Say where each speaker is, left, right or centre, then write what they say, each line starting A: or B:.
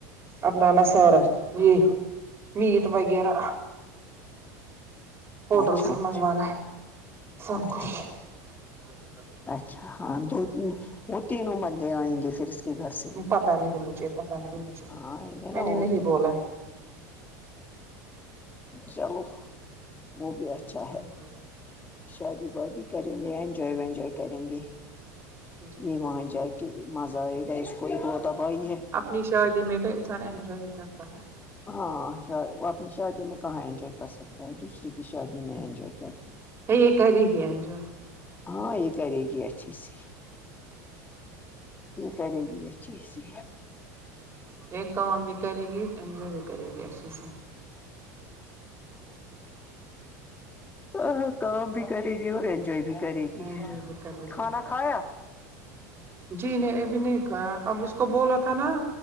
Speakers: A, on the right; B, on the left.
A: اب ماما سارا یہ میٹ وغیرہ ہوٹل
B: اچھا
A: سے
B: اچھا
A: منگوانا ہے سب
B: اچھا
A: کچھ
B: اچھا
A: <unintelligible>
B: اچھا ہاں دو وہ تینوں بندے آئیں گے پھر اس کے گھر سے
A: پتہ نہیں مجھے پتہ نہیں مجھے
B: ہاں آئیں گے
A: میں
B: نا
A: نے
B: اور
A: نہیں بولا
B: چلو وہ بھی اچھا
A: میں نے
B: ہے
A: نہیں بولا
B: شادی وادی کریں گے انجوائے وینجوائے کریں گے
A: جی جی
B: یہ
A: جی
B: وہاں
A: جی
B: جا کے مزہ آئے گا اس کو ایک لوتا بھائی
A: ہاں
B: ہے
A: اپنی شادی میں تو انسان انجوے ہی کرتا ہے
B: ہاں وہ اپنی شادی میں کہاں انجوائے کر سکتا ہے دوسرے کی شادی میں انجوائے کرتا ہے
A: یہ کرے گی انجوائے
B: ہاں یہ کرے گی اچھے سے یہ کرے گی اچھے سے
A: ایک کام بھی کرے گی انجوائے بھی کرے گی اچھے سے
B: ہاں نہ کام بھی کرے گی اور انجواے جو بھی کرے گی
A: انجوائے بھی کرے
B: کھانا
A: گی
B: کھایا
A: جی نہیں ابھی نہیں کھایا اب اس کو کو بولا تھا نا